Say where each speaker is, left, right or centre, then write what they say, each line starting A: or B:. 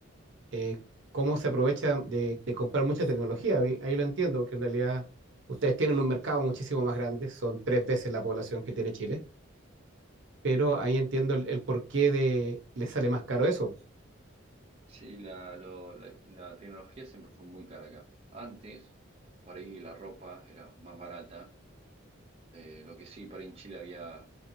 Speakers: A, on the right; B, on the right.
A: eh, cómo se aprovecha de, de comprar mucha tecnología. Ahí ahí lo entiendo, porque en realidad ustedes tienen un mercado muchísimo más grande, son tres veces la población que tiene Chile, pero ahí entiendo el, el por qué de les sale más caro eso.
B: Sí, la, lo- la, la tecnología siempre fue muy cara acá. Antes, para ir la ropa era más barata, eh, lo que sí, para ir en Chile había